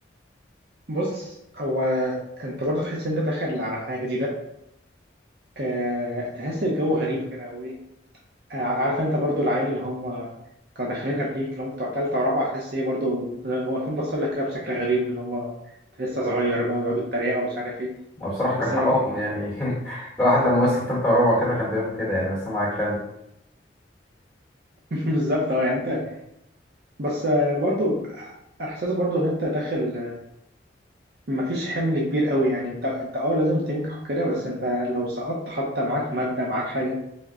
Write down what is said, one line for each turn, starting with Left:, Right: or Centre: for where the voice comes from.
Right: بص هو انت برضو تحس ان انت داخل على حاجة جديدة آه تحس الجو غريب كده وايه آه عارف انت برضو العيال اللي هم كانوا داخلين قبليك اللي هم بتوع تالتة ورابعة تحس ايه برضو واقفين باصين لك كده بشكل غريب اللي هم انت لسه صغير بقى ويقعدوا يتريقوا ومش عارف ايه
Centre: أنا بصراحة كان
Right: بس
Centre: حقهم
Right: يعني
Centre: يعني <laughs> الواحد لما وصل تالتة ورابعة وكده كان بيعمل كده يعني بس مع الكلام
Right: <laughs> بالظبط اه يعني انت بس آه، برضو احساس برضو ان انت داخل مفيش حمل كبير قوي يعني انت انت اه لازم تنجح وكده بس انت لو سقطت حتى معاك مادة معاك حاجة